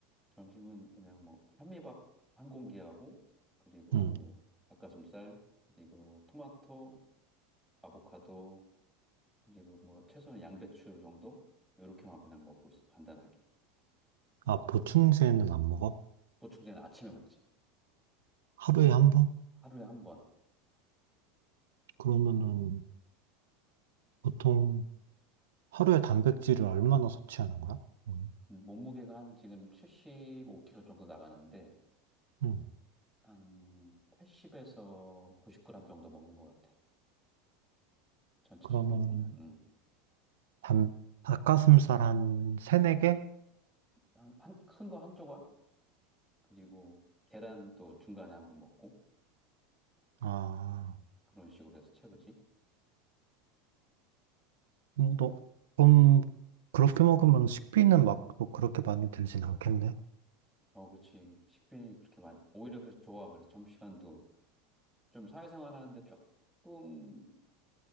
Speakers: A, in the centre; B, on the right (about 85°).
A: 점심은 그냥 뭐 현미밥 한 공기하고 그리고
B: 응.
A: 닭가슴살 그리고 토마토 아보카도 그리고 뭐 채소는 양배추 정도 이렇게만 그냥 먹고 있어 간단하게
B: 아, 보충제는 안 먹어?
A: 보충제는 아침에 먹지
B: 하루에 한 번?
A: 하루에 한 번
B: 그러면은 보통 하루에 단백질을 얼마나 섭취하는 거야? 응.
A: 몸무게가 한 지금 75kg 정도 나가는데
B: 응.
A: 한 80에서 90g 정도 먹는 것 같아 전체적으로
B: 그러면
A: 보면 음.
B: 단, 닭가슴살 한 세네 개?
A: 한, 한, 큰 거 한 조각 그리고 계란 또 중간에 한번 먹고
B: 아,
A: 그런 식으로 해서 채우지
B: 음, 너, 그럼 그렇게 먹으면 식비는 막 또 그렇게 많이 들진 않겠네?
A: 어, 그렇지. 식빈이 그렇게 많이, 오히려 그래서 좋아. 그래서 점심시간도 좀 사회생활 하는데 조금,